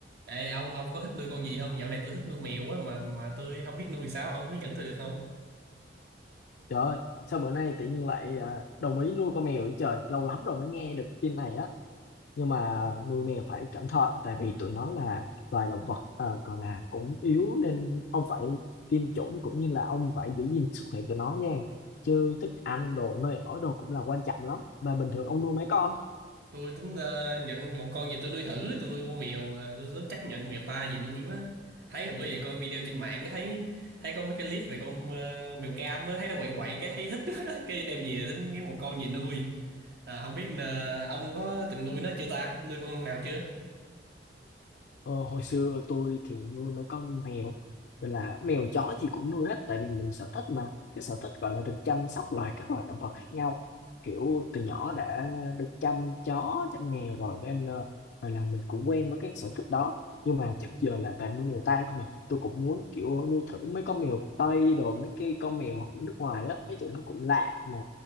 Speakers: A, on the right; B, on the left.
A: Ê ông ông có thích nuôi con gì không? Dạo này tôi thích nuôi mèo á mà mà tôi không biết nuôi sao, ông hướng dẫn tôi được không?
B: Trời ơi, sao bữa nay tự nhiên lại à, đồng ý nuôi con mèo vậy trời, lâu lắm rồi mới nghe được tin này á. Nhưng mà nuôi mèo phải cẩn thận tại vì tụi nó là loài động vật ờ, còn là cũng yếu nên ông phải tiêm chủng cũng như là ông phải giữ gìn sức khỏe tụi nó nha. Chứ thức ăn, đồ nơi ở đồ cũng là quan trọng lắm. Mà bình thường ông nuôi mấy con?
A: Tôi tính ờ, nhận một con gì tôi nuôi thử, tôi nuôi con mèo, ờ, tôi tính chắc nhận mèo ta gì nuôi quá. Thấy là bữa giờ coi video trên mạng á, thấy thấy có mấy cái clip về con ờ, mèo cam á, thấy nó quậy quậy cái thấy thích <laughs> quá. cái đem về tính kiếm một con gì nuôi. À, không biết là ông có từng nuôi nó chưa ta? Nuôi con nào chưa?
B: Ờ, hồi xưa tôi thì nuôi mấy con mèo gọi là mèo chó gì cũng nuôi hết tại vì mình sở thích mà cái sở thích gọi là được chăm sóc loài các loài động vật khác nhau kiểu từ nhỏ đã được chăm chó chăm mèo rồi nên ờ, gọi là mình cũng quen với cái sở thích đó nhưng mà trước giờ là toàn nuôi mèo tang không à tôi cũng muốn kiểu nuôi thử mấy con mèo Tây đồ mấy cái con mèo của nước ngoài á thấy tụi nó cũng lạ mà